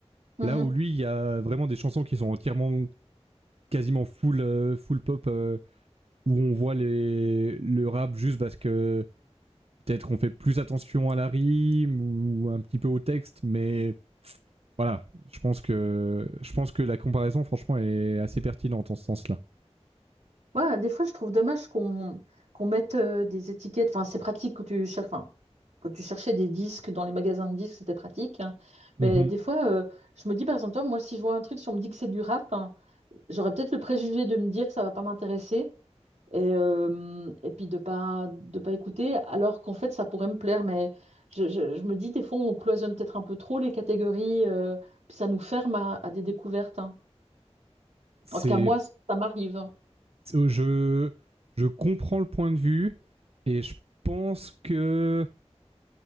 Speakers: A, on the right; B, on the right.
A: Mhm.
B: Là où lui, il y a vraiment des chansons qui sont entièrement quasiment full, euh, full pop, euh, où on voit les, le rap juste parce que peut-être qu'on fait plus attention à la rime ou un petit peu au texte, mais voilà, je pense que, je pense que la comparaison, franchement, est assez pertinente en ce sens-là.
A: Ouais, des fois, je trouve dommage qu'on qu'on mette euh, des étiquettes. Enfin, c'est pratique quand tu cherches. Enfin, quand tu cherchais des disques dans les magasins de disques, c'était pratique. hein.
B: Mhm.
A: Mais des fois, euh, je me dis, par exemple, toi, moi, si je vois un truc, si on me dit que c'est du rap, hein, j'aurais peut-être le préjugé de me dire que ça va pas m'intéresser. et, euh, et puis de pas de pas écouter alors qu'en fait ça pourrait me plaire mais je, je- je me dis des fois on cloisonne peut-être un peu trop les catégories euh, puis ça nous ferme à, à des découvertes hein.
B: C'est
A: En tout cas moi ça m'arrive
B: je, je comprends le point de vue et je pense que.